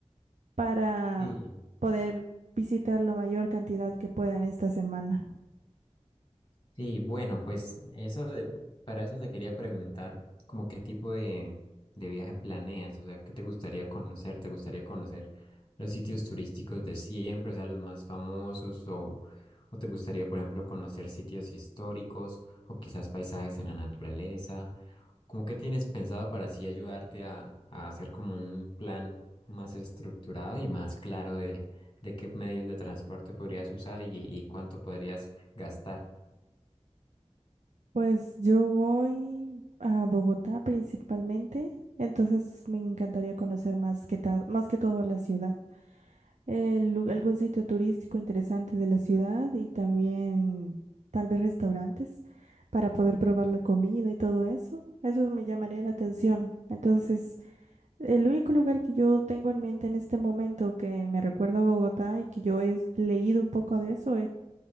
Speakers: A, on the right (about 80°); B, on the left (about 40°).
A: para
B: Sí.
A: poder visitar la mayor cantidad que pueda en esta semana.
B: Sí, bueno, pues eso de- para eso te quería preguntar como qué tipo de, de viaje planeas, o sea, qué te gustaría conocer, te gustaría conocer los sitios turísticos de siempre, o sea, los más famosos, o, o te gustaría, por ejemplo, conocer sitios históricos, o quizás paisajes en la naturaleza, como qué tienes pensado para así ayudarte a, a hacer como un plan más estructurado y más claro de, de qué medios de transporte podrías usar y y cuánto podrías gastar.
A: Pues yo voy a Bogotá principalmente, entonces me encantaría conocer más que ta- más que todo la ciudad. El lu- algún sitio turístico interesante de la ciudad y también tal vez restaurantes para poder probar la comida y todo eso. Eso me llamaría la atención. Entonces, el único lugar que yo tengo en mente en este momento que me recuerda a Bogotá y que yo he leído un poco de eso